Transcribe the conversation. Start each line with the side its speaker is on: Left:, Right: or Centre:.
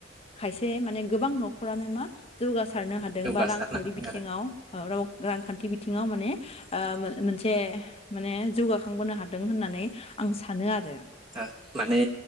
Left: खायसे माने गोबां न'खरानो मा जौगा सारनो हादों
Right: जौगासारनो
Left: बा रांखावरि
Right: हादों
Left: बिथिङाव ओ राव रांखान्थि बिथिङाव माने ओ मो-मोनसे माने जौगाखांबोनो हा दों होननानै आं सानो आरो
Right: ओ माने